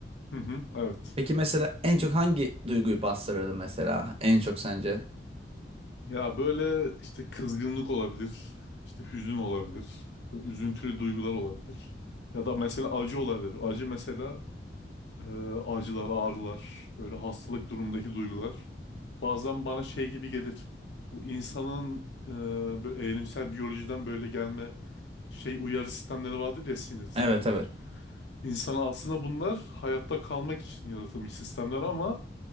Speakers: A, on the left; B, on the right.
A: Hı hı, evet.
B: Peki mesela en çok hangi duyguyu bastırırdı mesela en çok sence?
A: Ya böyle işte kızgınlık olabilir, işte hüzün olabilir, böyle üzüntülü duygular olabilir. Ya da mesela acı olabilir. Acı mesela Ee, acılar, ağrılar, böyle hastalık durumundaki duygular. Bazen bana şey gibi gelir. Bu insanın e, böyle evrimsel biyolojiden böyle gelme şey uyarı sistemleri vardır ya sinir sistemleri.
B: Evet evet.
A: İnsan aslında bunlar hayatta kalmak için yaratılmış sistemler ama